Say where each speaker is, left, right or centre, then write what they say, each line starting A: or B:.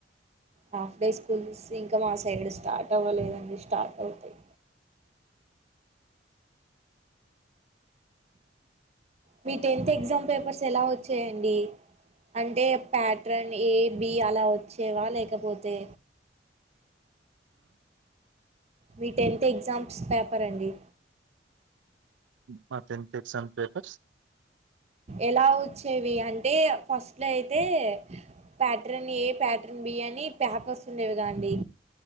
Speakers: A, on the right (about 35°); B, on the right (about 80°).
A: హాఫ్ డే స్కూల్స్ ఇంకా మా సైడ్ స్టార్ట్ అవ్వలేదండి స్టార్ట్ అవుతాయి మీ టెన్త్ ఎగ్జామ్ పేపర్స్ ఎలా వచ్చాయండి అంటే పాటర్న్ ఏ బి అలా వచ్చేవా లేకపోతే
B: ఆ
A: మీ టెన్త్ ఎగ్జామ్స్ పేపర్ అండి
B: మ టెన్త్ ఎగ్జామ్ పేపర్స్
A: ఎలా వచ్చేవి అంటే ఫస్ట్లో అయితే ప్యాటర్న్ ఏ ప్యాటర్న్ బి అని పేపర్స్ ఉండేవిగాండి